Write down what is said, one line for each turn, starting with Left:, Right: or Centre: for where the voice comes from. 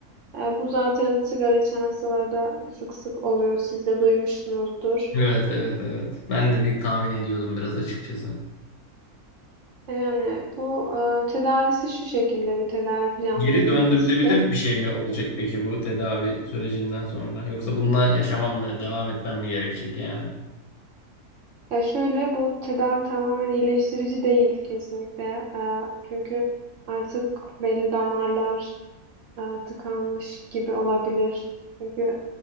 Right: E, bu zaten sigara içen hastalarda sık sık oluyor. Siz de duymuşsunuzdur.
Left: Evet, evet, evet. Ben de bir tahmin ediyordum biraz açıkçası.
Right: E, yani bu e, tedavisi şu şekilde bir tedavi planlayabiliriz
Left: Geri döndürülebilir
Right: size.
Left: bir şey mi olacak peki bu tedavi sürecinden sonra? Yoksa bununla yaşamam mı, devam etmem mi gerekecek yani?
Right: Ya şöyle bu tedavi tamamen iyileştirici değil kesinlikle. E, çünkü artık belli damarlar e, tıkanmış gibi olabilir. Çünkü